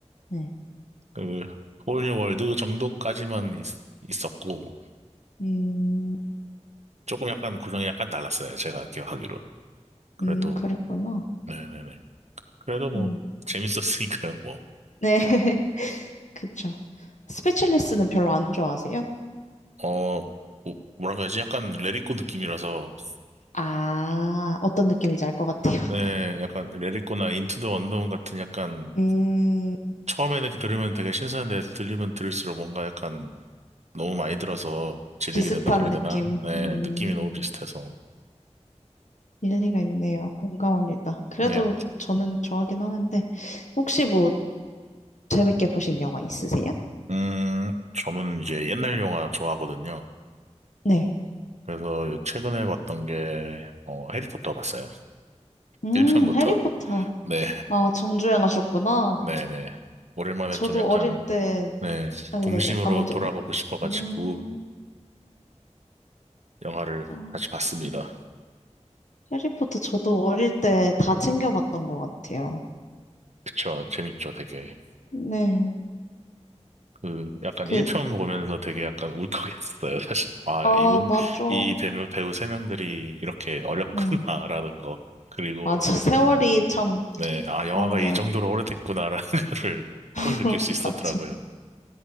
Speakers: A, on the left; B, on the right.
A: 네.
B: 그 홀리 월드 정도까지만 있, 있었고
A: 음.
B: 조금 약간 구성이 약간 달랐어요. 제가 기억하기로는. 그래도,
A: 음, 그랬구나.
B: 네네네. 그래도 뭐,
A: 음.
B: 재밌었으니까요, 뭐.
A: 네. <laughs> 그쵸. 스피치리스는 별로 안 좋아하세요?
B: 어, 뭐- 뭐라고 해야지? 약간 레리코 느낌이라서,
A: 아, 어떤 느낌인지 알 것 같아요.
B: 네,
A: <laughs>
B: 약간 레리코나 인투 더 언더운 같은 약간,
A: 음,
B: 처음에는 들으면 되게 신선한데 들리면 들을수록 뭔가 약간 너무 많이 들어서 질리게
A: 비슷한
B: 된다 그래야
A: 느낌.
B: 되나? 네,
A: 음,
B: 느낌이 너무 비슷해서.
A: 일리가 있네요. 공감합니다. 그래도
B: 네, 약-
A: 저는 좋아하긴 하는데, 혹시 뭐 재밌게 보신 영화 있으세요?
B: 음, 저는 이제 옛날 영화 좋아하거든요.
A: 네.
B: 그래서 요 최근에 봤던 게, 어, 해리포터 봤어요. <laughs>
A: 음,
B: 1편부터.
A: 해리포터.
B: 네.
A: 아, 정주행 하셨구나.
B: 네네. 오랜만에
A: 저도
B: 좀 약간,
A: 어릴 때,
B: 네,
A: 아, 네네네.
B: 동심으로
A: 아, 먼저
B: 돌아가고
A: 말,
B: 싶어가지고,
A: 음,
B: 영화를
A: 저,
B: 다시 봤습니다.
A: 해리포터 저도 어릴 때 다 챙겨봤던 것 같아요.
B: 그쵸, 재밌죠, 되게.
A: 네.
B: 그, 약간
A: 그
B: 1편 보면서 되게 약간 울컥했어요, <laughs> 사실. 아,
A: 아,
B: 이분,
A: 맞아.
B: 이 배우, 배우 3명들이 이렇게 어렵구나라는
A: 네.
B: 거. 그리고,
A: 맞아. <laughs> 세월이 참
B: 네, 아,
A: 그렇네요.
B: 영화가 이 정도로 오래됐구나라는 <laughs> 거를
A: <laughs>
B: 확 느낄 수 있었더라고요.
A: 맞아.